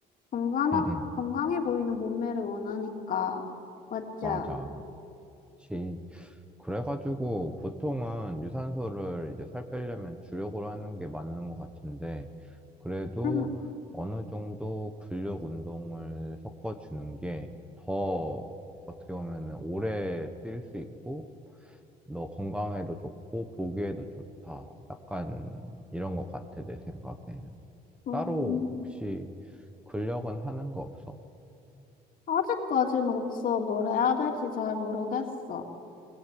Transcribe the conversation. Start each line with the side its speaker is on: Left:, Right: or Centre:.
Left: 건강한
Centre: 응, 응.
Left: 건강해 보이는 몸매를 원하니까 맞자.
Centre: 맞아. 그치. 그래가지고 보통은 유산소를 이제 살 빼려면 주력으로 하는 게 맞는 것 같은데 그래도
Left: 응.
Centre: 어느 정도 근력 운동을 섞어주는 게 더 어떻게 보면 오래 뛸 수 있고 너 건강에도 좋고 보기에도 좋다. 약간 이런 것 같아, 내 생각에는.
Left: 음,
Centre: 따로 혹시 근력은 하는 거 없어?
Left: 아직까지는 없어. 뭘 해야 될지 잘 모르겠어.